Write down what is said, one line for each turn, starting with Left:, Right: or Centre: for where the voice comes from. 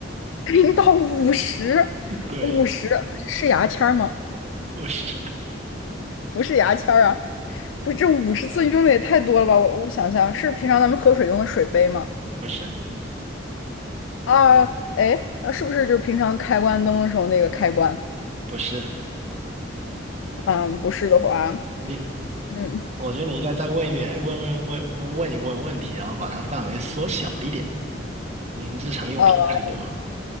Left: <laughs> 零到五十，
Right: <laughs> 对，
Left: 五十是牙签儿吗？
Right: 不是
Left: 不是牙签儿啊，不是这五十次用的也太多了吧？我我想一下，是平常咱们喝水用的水杯吗？
Right: 不是
Left: 啊，哎，啊是不是就是平常开关灯的时候那个开关？
Right: 不是，
Left: 嗯，不是的话，
Right: 你
Left: 嗯。
Right: 我觉得你应该再问一点，问问问问一问问题，然后把它范围缩小一点。您日常用品太多了。
Left: 呃